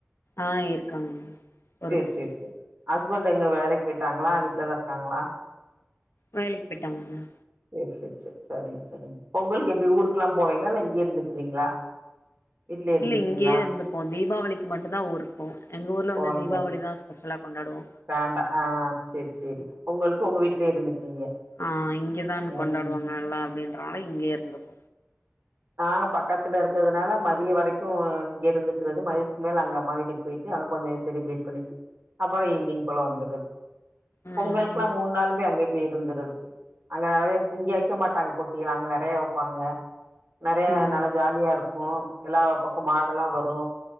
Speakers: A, on the left; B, on the right.
A: ஆ இருக்காங்க ஒரு
B: செரி
A: பசங்க
B: செரி செர் ஹஸ்பண்ட் எங்க வேலைக் போய்ட்டாங்களா வீட்டு்லதா இருக்காங்களா
A: வேலைக் போய்ட்டாங்க
B: செர் செர் செர் சரிங் சரிங் பொங்கல்கு எப்டி ஊருக்குல்லா போவீங்களா இல்ல இங்கே இருந்துக்குவீங்களா வீட்லயே இருந்துக்குவீங்களா
A: இல்ல இங்கேயே இருந்துப்போ தீபாவளிக்கு மட்டுந் தா ஊருக்கு போவோ எங்க ஊர்ல வந்து
B: போவீங்க
A: தீபாவளி தா பெசலா கொண்டாடுவோ
B: வேண்டா ஆ செரி சேரி பொங்களுக்கு உங்க வீட்லயே இருந்துக்குவீங்க
A: ஆ இங்க தான்
B: ம்
A: கொண்டாடுவாங்க நல்லா அப்படின்றனால இங்கயே இருந்துப்
B: நாங்க பக்கத்துல இருக்கிறதுனால மதியே வரைக்கூ இங்க இருந்துக்கறது மதியத்துக்கு மேல அங்க அம்மா வீட்டுக்கு போயிட்டு அங்க கொஞ்சொ செலிப்ரேட் பண்ணிட்டு அப்புறோ ஈவினி்ங் போல வந்தூறத்து
A: ம்
B: பொங்களுக்கெல்லா மூண் நாள் போய் அங்கே போய் இருந்தறத்து அங்க நெறையப் இங்க வைக்க மாட்டாங்க போட்டியல்லா அங்க நெறயா வைப்பாங்க நெறய
A: ம்
B: நல்லா ஜாலியா இருக்கூ எல்லா பக்கோ மாட் இதெல்லா வரூ